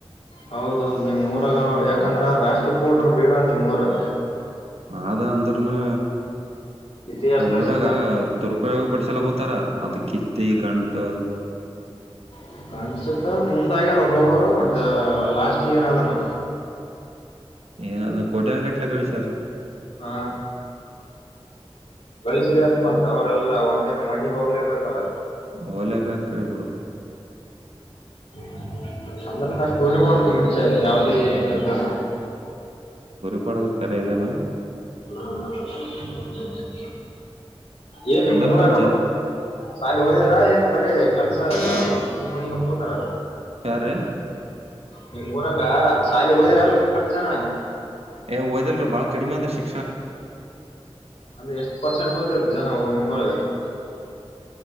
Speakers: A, on the left; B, on the right.
A: ಹೌದೌದು ನಿಮ್ೂರಾಗ ಯಾಕಂದ್ರ ಆ ರಾಷ್ಟ್ರಕೋಟ್ರ ಬೇಡ ನಿಮರು
B: ಆದದ ಅಂದರ್ನು
A: ಇತಿಹಾಸದಾಗ
B: ನಮ್ಮ್ೂಊರಾಗ
A: ಬಂದ
B: ದುರುಪಯೋಗ ಪಡಿಸಲ ಕೂತಾರ ಅದಕ್ಕೆ ಕತ್ತ ಗಂಟ ಅದು
A: ಹ ಕಾಣ್ಸಕ ಮುಂದಾಗ್ಯಾರ ಒಬ್ಬೊಬ್ಬರು ಮತ್ತ ಲಾಸ್ಟ್ ಏನದನ
B: ಏನಾದ ಕೋಟಿಯನ್ ಕಟ್ಲೆ ಕಲಿಸಿಯಾರ್
A: ಹಾ ಳಸ್ರಿ ಅನ್ಮಂತ ಅವ್ರಲ್ಲ ಒಂದ್ ದಿನ ಮಣ್ಣಿ ಹೋಗ್ಲೇಬೇಕಲ್ಲ
B: ಓಲ ಬೇಕರೆ ಕೂಡ
A: ಹ ಅಂದ್ರ ಅಷ್ಟು ಉರಿಬಡದುಮ ಮುಂಚೆ ಯಾವದೇ ಏನ್ ಹತಾರ
B: ್ಪಾಡದು ಕರೆದೇನೆ
A: ಹಾ ಹಾೌದ ಏನ್ ನಿಮ್
B: ಅಂದ್ರನು
A: ಮೂರ
B: ಜನ್
A: ಸಾಯಾಲ ಹೋದಾರ ಏನ್ ಬರ ಕೆಲ್ಸ ಕಿ ಪಣಿಂತತ್ ಹೋತಾರ
B: ಯಾರ್ -
A: ನಿಮ್ ಊರಾಗ ಸಾಲಿಗ್ ಹೋದಿರಲ್ಲಾ <unintelligible> ಜನ
B: ಎ ಒದಿಲ್ರಿ ಬಾಳಿ ಕಡಿಮೆ ಆದಿ ಶಿ
A: ಅಂದ್ರೆ ಎಷ್ಟು ಪರ್ಸೆಂಟ್ ಓದೂರ್ ಜನ ನಿಮ್ಮೊರಗೆ. <inaudible>